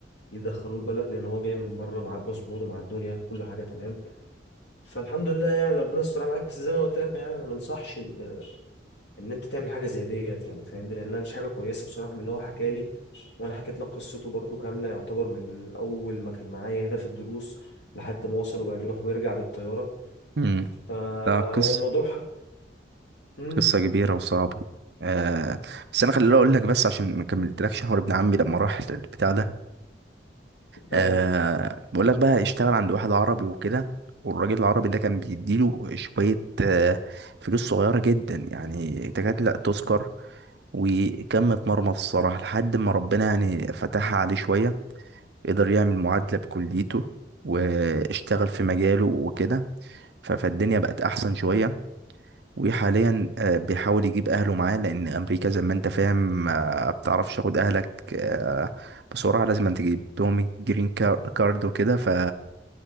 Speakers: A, on the left; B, on the right.
A: يدخلوه البلد لأن هو جاي من بره معاه الباسبور ومعاه الدنيا كل حاجة تمام فالحمد لله يعني ربنا استر معاك بس زي ما أنا قلت لك يعني أنا ما انصحش إن إن أنت تعمل حاجة زي ديت يعني فاهمني لأنها مش حاجة كويسة بصراحة من اللي هو حكى لي وأنا حكيت لك قصته برضو كاملة يعتبر من أول ما كان معايا هنا في الدروس لحد ما وصل وبقى بيروح ويرجع بالطيارة
B: امم
A: فهو
B: لا قصة
A: الموضوع مم.
B: قصة كبيرة وصعبة آه بس أنا خليني أقول لك بس عشان ما كملتلكش حوار ابن عمي لما راح البتاع ده
A: ايوه
B: آه بقول لك بقى اشتغل عند واحد عربي وكده والراجل العربي ده كان بيديله شوية آه فلوس صغيرة جدا يعني تكاد لا تذكر وكم اتمرمط الصراحة لحد ما ربنا يعني فتحها عليه شوية قدر يعمل معادلة بكليته واشتغل في مجاله وكده ف- فالدنيا بقت أحسن شوية وحاليا آه، بيحاول يجيب اهله معاه لان امريكا زي ما انت فاهم آه، بتعرفش تاخد اهلك آه، بسرعه لازم أن تجيب لهم الجرين كار- كارد وكده ف